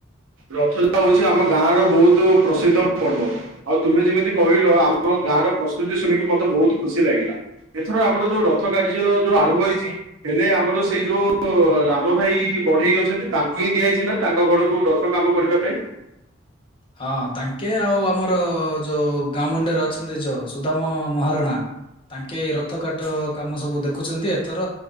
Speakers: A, on the right; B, on the left.
A: ରଥଯାତ୍ରା ହଉଛି ଆମ ଗାଁ ର ବହୁତ ପ୍ରସିଦ୍ଧ ପର୍ବ ଆଉ ତୁମେ ଯେମିତି କହିଲ ଆମ ଗାଁ ର ପ୍ରସ୍ତୁତି ଶୁଣିକି ମତେ ବହୁତ ଖୁସି ଲାଗିଲା ଏଥର ଆମର ଯୋଉ ରଥ କାର୍ଯ୍ୟ ଯୋଉ ଆରମ୍ଭ ହେଇଛି ହେଲେ ଆମର ସେଇ ଯୋଉ ରାମ ଭାଇ ବଢେଇ ଅଛନ୍ତି ତାଙ୍କୁ ହିଁ ଦିଆଯାଇଛି ନାଁ ତା ତାଙ୍କ ଘରକୁ ରଥ କାମ କରିବା ପାଇଁ
B: ହଁ ତାଙ୍କେ ଆଉ ଆମର ଯୋଉ ଗାଁ ମୁଣ୍ଡରେ ଅଛନ୍ତି ଯୋଉ ସୁଦାମ ମହାରଣା ତାଙ୍କେ ଏଇ ରଥ କାଠ କାମ ସବୁ ଦେଖୁଛନ୍ତି ଏଥର